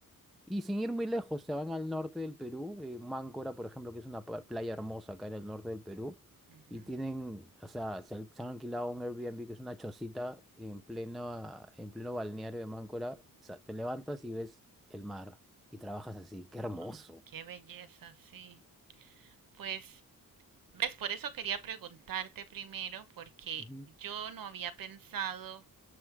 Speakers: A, in the centre; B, on the right (about 75°).
A: y sin ir muy lejos, se van al norte del Perú, eh, Máncora, por ejemplo, que es una pla- playa hermosa acá en el norte del Perú,
B: Ujú.
A: y tienen, o sea, se, al- se han alquilado un Airbnb que es una chocita en pleno, en pleno balneario de Máncora. O sea, te levantas y ves el mar y trabajas así. ¡Qué hermoso!
B: Ah, qué belleza, sí. Pues ¿Ves? Por eso quería preguntarte primero, porque
A: Ujú.
B: yo no había pensado